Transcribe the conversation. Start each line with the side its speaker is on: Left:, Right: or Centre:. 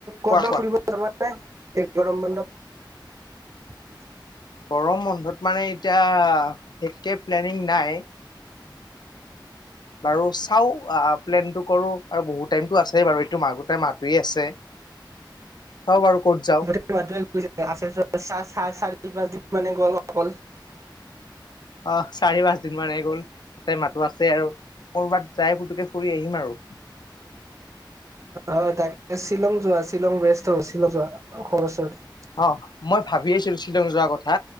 Right: ক'ত
Left: কোৱা
Right: বা
Left: কোৱা
Right: ফুৰিব যাবা নে? গৰম বন্ধত
Left: গৰম বন্ধত মানে এতিয়া বিশেষকে প্লেনিং নাই। আৰু চাও আহ প্লেনটো কৰো আৰু বহুত টাইমটো আছেই বাৰু, এইটো মাহ গোটেই মাহটোয়ে আছে। হ'ব বাৰু। ক'ত
Right: <unintelligible>
Left: যাওঁ অহ চাৰি পাঁচ দিন মান হে গ'ল, গোটেই মাহতো আছেই আৰু। কৰোৱাত যাই ফুতুককে ফুৰি আহিম আৰু।
Right: অ তাকে শ্বিলং যোৱা, শ্বিলং বেষ্ট হ'ব। শিলং যোৱা অসমৰ ওচৰত
Left: অ মই ভাবি আছিলো শ্বিলং যোৱা কথা।